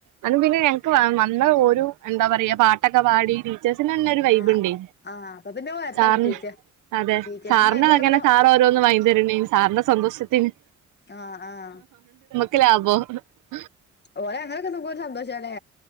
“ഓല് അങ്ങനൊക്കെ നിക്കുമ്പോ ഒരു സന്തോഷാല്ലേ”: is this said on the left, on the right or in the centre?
Left